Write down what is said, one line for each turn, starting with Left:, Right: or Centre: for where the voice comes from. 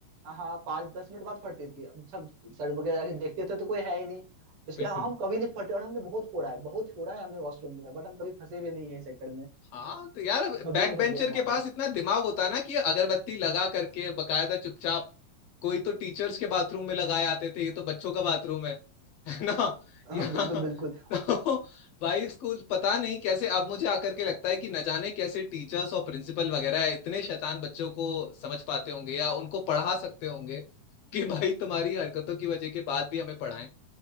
Right: हाँ पाँच दस मिनट बाद फटती थी अब सब सड़ वगैरह जाके देखते थे तो कोई है ही नहीं इसलिए
Left: बिल्कुल
Right: हम कभी नहीं फटे और हमने बहुत फोड़ा है बहुत फोड़ा है हमने वॉशरूम में बट हम कभी फंसे भी नहीं है इस चक्कर में
Left: हाँ तो यार बैक
Right: कभी नहीं फंसे
Left: बेंचर
Right: हम वहाँ
Left: के पास
Right: पे
Left: इतना दिमाग होता है ना कि अगरबत्ती लगा करके बकायदा चुपचाप कोई तो टीचर्स के बाथरूम में लगाए आते थे ये तो बच्चों का बाथरूम है <laughs> है ना
Right: हाँ
Left: यहाँ
Right: बिल्कुल बिल्कुल
Left: <laughs> तो भाई स्कूल पता नहीं कैसे अब मुझे आकर के लगता है कि न जाने कैसे टीचर्स और प्रिंसिपल वगैरह इतने शैतान बच्चों को समझ पाते होंगे या उनको पढ़ा सकते होंगे कि भाई तुम्हारी हरकतों की वजह के बाद भी हमें पढ़ाएं